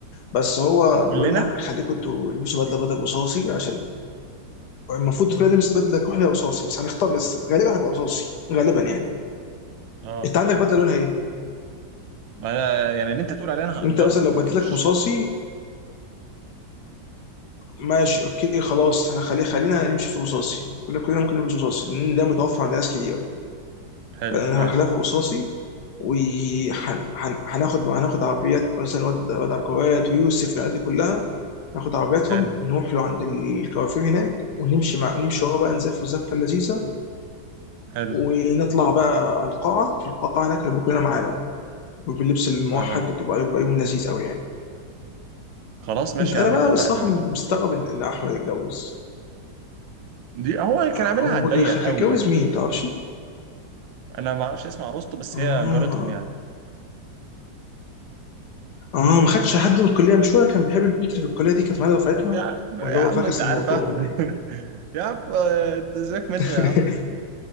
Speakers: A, on the left; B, on the right.
A: بس هو بيقول
B: كلنا
A: لا خليكم انتوا البسوا بدله بدل رصاصي عشان المفروض كلنا نلبس بدله كحلي او رصاصي بس هنختار لسه غالبا هيبقى رصاصي غالبا يعني
B: اه
A: انت عندك بدله لونها ايه؟
B: ما انا يعني اللي انت تقول عليه انا هأجره
A: انت مثلا لو
B: يعني
A: بدلتك
B: انا مش
A: رصاصي ماشي اوكي خلاص احنا خلي خلينا نمشي في رصاصي كلنا كلنا ممكن نمشي في رصاصي لان ده متوفر عند ناس كتير
B: حلو
A: فانا
B: ماشي
A: هخليها في رصاصي وهناخد هناخد عربيات مثلا واد واد عقارات ويوسف والعيال دي كلها ناخد عربياتهم
B: حلو
A: نروح له عند الكوافير هناك ونمشي مع نمشي ورا بقى نزف الزفه اللذيذه
B: حلو
A: ونطلع بقى على القاعه في القاعه هناك هنبقى كلنا معاه بقى باللبس الموحد
B: تمام
A: وتبقى يبقى يوم لذيذ قوي يعني
B: خلاص ماشي
A: انت
B: يا
A: انا
B: عم
A: بقى
B: اتفقنا
A: الصراحه مستغرب ان إن احمد اتجوز
B: دي هو
A: أه،
B: كان عاملها
A: هو
B: على
A: هو
B: الضيق قوي
A: هيتجوز
B: يعني
A: مين ما تعرفش
B: انا ما اعرفش اسم عروسته بس
A: اه
B: هي جارتهم يعني
A: اه ما خدش حد من الكليه مش هو كان بيحب البنت اللي في الكليه دي كانت معانا دفعتنا
B: يا عم يا
A: ولا هو
B: عم
A: فاكس
B: انت عارف
A: الموضوع
B: احمد
A: ولا ايه
B: <laughs> يا عم آه، ده سيبك منه
A: <laughs>
B: يا عم